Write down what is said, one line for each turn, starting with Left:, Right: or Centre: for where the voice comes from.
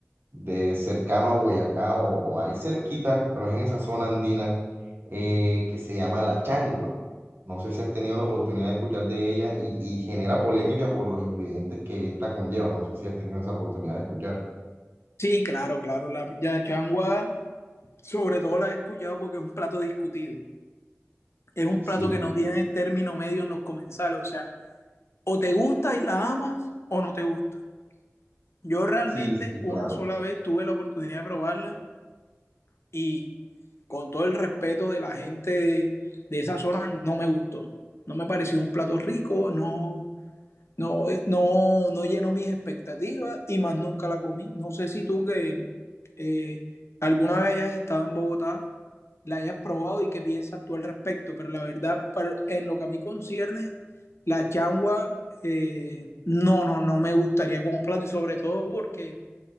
Right: de cercano a Boyacá o, o ahí cerquita, pero es en esa zona andina eh, que se llama la changua. No sé si has tenido la oportunidad de escuchar de ella y, y genera polémica por los ingredientes que esta conlleva. No sé si has tenido esa oportunidad de escuchar.
Left: Sí, claro, claro. La yachangua, sobre todo la he escuchado porque es un plato discutido. Es un
Right: Sí,
Left: plato que no tiene término medio en los comensales. O sea, o te gusta y la amas o no te gusta. Yo realmente
Right: sí, sí,
Left: una
Right: claro.
Left: sola vez tuve la oportunidad de probarla y con todo el respeto de la gente de, de esa zona no me gustó. No me pareció un plato rico, no, no, no, no llenó mis expectativas y más nunca la comí. No sé si tú que eh, alguna vez hayas estado en Bogotá la hayas probado y qué piensas tú al respecto. Pero la verdad, para- en lo que a mí concierne, la changua, eh, no, no, no me gustaría como plato. Y sobre todo porque